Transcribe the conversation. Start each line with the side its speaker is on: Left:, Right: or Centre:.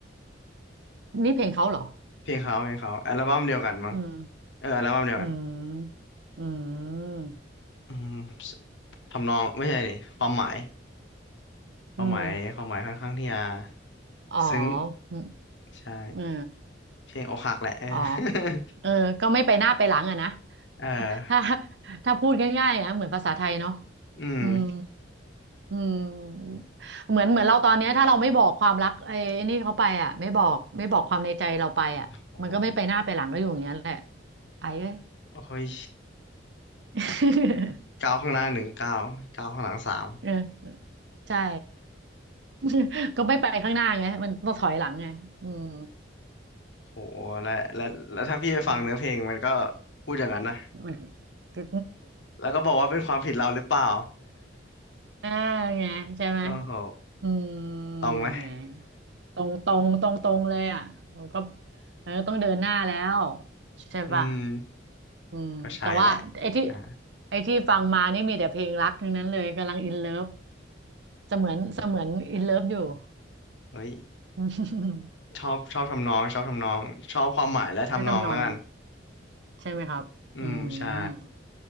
Right: นี่เพลงเขาเหรอ
Left: เพลงเขาเพลงเขาอัลบั้มเดียวกันมั้ง
Right: อืม
Left: เอออัลบั้มเดียวกัน
Right: อืมอืม
Left: อืมสทำนองไม่ใช่ดิความหมายความหมายความหมายค่อนข้างที่จะ
Right: อืมอ๋อ
Left: ซึ้ง
Right: อืม
Left: ใช่
Right: เออ
Left: เพลงอกหักแหละเอ
Right: อ๋อ
Left: อ
Right: เออก็ไม่ไปหน้าไปหลังอะนะ
Left: <laughs> เออ
Right: ถ้า <laughs> ถ้าพูดง่ายๆอ่ะเหมือนภาษาไทยเนาะ
Left: อืม
Right: อืมอืมเหมือนเหมือนเราตอนเนี้ยถ้าเราไม่บอกความรักไอ้นี่เขาไปอ่ะไม่บอกไม่บอกความในใจเราไปอ่ะมันก็ไม่ไปหน้าไปหลังก็อยู่อย่างเงี้ยแหละ
Left: โห
Right: ไอ้เอ้ย
Left: โอ้ย
Right: <laughs>
Left: ก้าวข้างหน้าหนึ่งก้าวก้าวข้างหลังสาม
Right: เออใช่ <laughs> ก็ไม่ไปข้างหน้าไงมันต้องถอยหลังไงอืม
Left: <laughs> โหและและและถ้าพี่ไปฟังเนื้อเพลงมันก็
Right: อืม
Left: พูดอย่างนั้นนะ
Right: มันก็
Left: แล้วก็บอกว่าเป็นความผิดเราหรือเปล่า
Right: <laughs> อ่าไงใช่ไหม
Left: <laughs> โอ้โห
Right: อืม
Left: ตรงไหม
Right: ไงตรงตรงตรงตรงเลยอ่ะมันก็มันก็ต้องเดินหน้าแล้ว
Left: <laughs>
Right: ใช่ป่ะ
Left: อืม
Right: อืมแต่ว่าไอ้ที่
Left: ก็ใช่แหละอ่า
Right: ไอ้ที่ฟังมานี่มีแต่เพลงรักทั้งนั้นเลยกำลังอินเลิฟเสมือนเสมือนอินเลิฟอยู่
Left: เฮ้ย
Right: <laughs> อืม
Left: ชอบชอบทำนองชอบทำนองชอบความหมายและทำนองแล้วกัน
Right: ก็ทำนองใช่ไหมครับอื
Left: อืมใช่
Right: ม